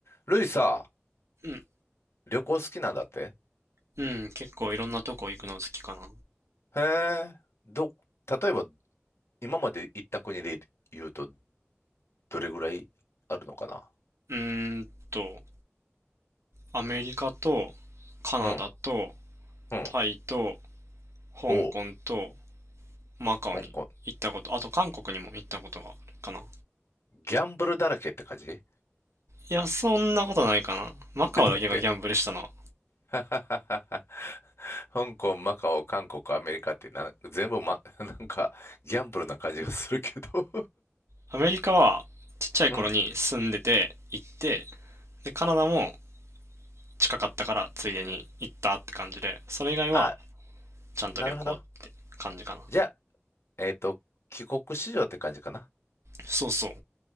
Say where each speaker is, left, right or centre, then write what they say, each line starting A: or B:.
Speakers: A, on the left; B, on the right.
A: ルイさ、
B: うん、
A: 旅行好きなんだって
B: うん、結構いろんなとこ行くの好きかな。
A: へえ、ど、例えば今まで行った国で言うとどれぐらいあるのかな
B: うーんと、アメリカとカナダと
A: うん、うん。
B: タイと香港と
A: おう、
B: マカオに行ったこと、
A: 香港。
B: あと韓国にも行ったことがあるかな。
A: ギャンブルだらけって感じ
B: いや、そんなことないかな。マカオだけがギャンブルしたのは。
A: えだってははははは <laughs> 香港、マカオ、韓国、アメリカってな、全部ま、<laughs> なんかギャンブルな感じがするけど <laughs>
B: アメリカはちっちゃい頃に住んでて行って、
A: うん。
B: で、カナダも近かったからついでに行ったって感じで、それ以外は
A: あ、
B: ちゃんと旅行って
A: なるほど。
B: 感じかな。
A: じゃあ、えっと、帰国子女って感じかな
B: そうそう。